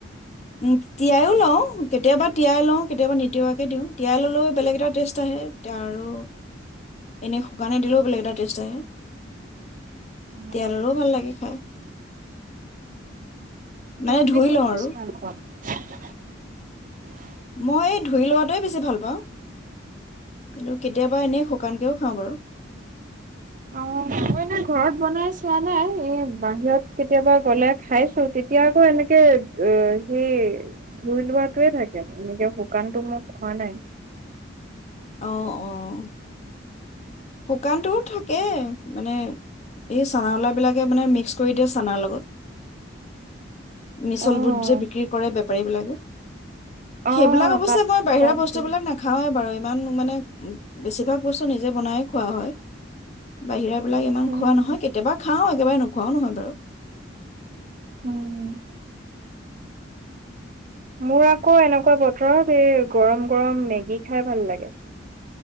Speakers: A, on the left (about 35°); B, on the right (about 45°).
A: উ তিয়াইও লওঁ, কেতিয়াবা তিয়াই লওঁ, কেতিয়াবা নিতিওৱাকে দিওঁ। তিয়াই ল'লেও বেলেগ এটা টেষ্ট। আহে আৰু এনে শুকানে দিলেও- <unintelligible>
B: অ'
A: তেলৰো ভাল লাগে খাই মানে
B: তুমি
A: ধুই
B: কোনটো
A: লওঁ
B: বেছি
A: আৰু।
B: <inaudible>
A: মই এই ধুই লোৱাটোৱে বেছি ভাল পাওঁ। কিন্তু কেতিয়াবা এনে শুকানকেও খাওঁ বাৰু।
B: অ, ' মই, এনে ঘৰত বনাই চোৱা নাই এই বাহিৰত কেতিয়াবা গলে খাইছো। তেতিয়া আকৌ এনেকে এ', সেই ধুই লোৱাটোৱে থাকে, এনেকে শুকানটো মই খোৱা নাই।
A: অহ', - অ', শুকানটোও থাকে, মানে এই চানাউলাবিলাকে মানে মিক্স কৰি দিয়ে চানাৰ লগত। মিছল-বুট
B: অ'
A: যে বিক্ৰী কৰে বেপাৰী বিলাকে
B: অ'
A: সেইবিলাক অৱশ্যে
B: তাত
A: মই বাহিৰা
B: তাত
A: বস্তু
B: দি
A: বিলাক নাখাওৱে বাৰু এ', ইমাননো মানে বেছিভাগ বস্তু নিজে বনায়ে, - খোৱা হয় বাহিৰাত, এই -বিলাক ইমান
B: উম।
A: খোৱা নহয় কেতিয়াবা খাওঁ। একেবাৰে নোখোৱাও নহয় বাৰু,
B: উম', মোৰ আকৌ এনেকুৱা বতৰত এই গৰম- গৰম মেগী খাই ভাল লাগে।